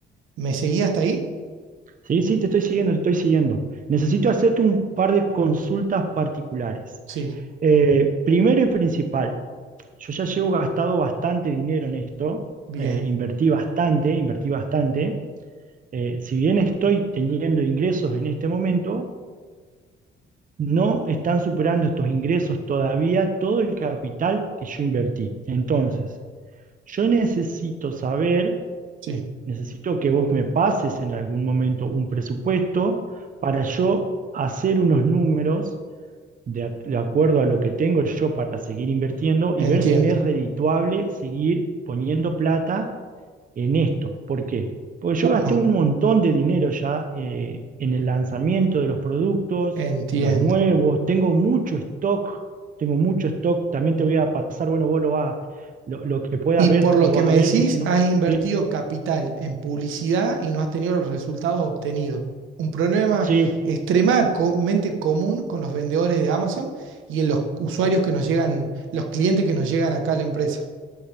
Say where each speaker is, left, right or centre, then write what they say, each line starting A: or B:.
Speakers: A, on the right; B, on the right.
A: ¿Me seguía hasta ahí?
B: Sí, sí, te estoy siguiendo, te estoy siguiendo. Necesito hacerte un par de consultas particulares.
A: Sí,
B: Eh, primero y principal, yo ya llevo gastado bastante dinero en esto,
A: bien,
B: eh, invertí bastante, invertí bastante. Eh, si bien estoy teniendo ingresos en este momento, no están superando estos ingresos todavía todo el capital que yo invertí. Entonces, yo necesito saber
A: sí.
B: Necesito que vos me pases en algún momento un presupuesto para yo hacer unos números de, a- de acuerdo a lo que tengo yo para seguir invirtiendo y
A: Entiendo.
B: ver si me es redituable seguir poniendo plata en esto. ¿Por qué? Porque
A: Bueno,
B: yo gasté un montón de dinero ya eh, en el lanzamiento de los productos,
A: entiendo.
B: los nuevos, tengo mucho stock, tengo mucho stock, también te voy a pasar, bueno, vos lo vas, lo, lo que puedas
A: Y
B: ver,
A: por lo
B: lo
A: que
B: vas
A: me
B: a ver
A: decís,
B: y si no,
A: has invertido
B: ¿sí?
A: capital en publicidad y no has tenido los resultados obtenidos. Un problema
B: Sí,
A: extremadamente común con los vendedores de Amazon y en los usuarios que nos llegan, los clientes que nos llegan acá a la empresa.